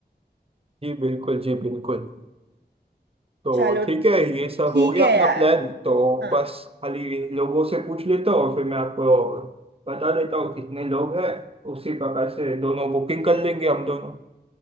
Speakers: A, on the right (about 35°); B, on the right (about 80°).
A: जी बिल्कुल जी बिल्कुल तो
B: चलो
A: ठीक है ये सब
B: ठीक
A: हो गया
B: है
A: अपना
B: यार
A: प्लान तो
B: हाँ
A: बस खाली लोगों से पूछ लेता हूँ और फिर मैं आपको बता देता हूँ कितने लोग हैं उसी प्रकार से दोनों बुकिंग कर लेंगे हम दोनों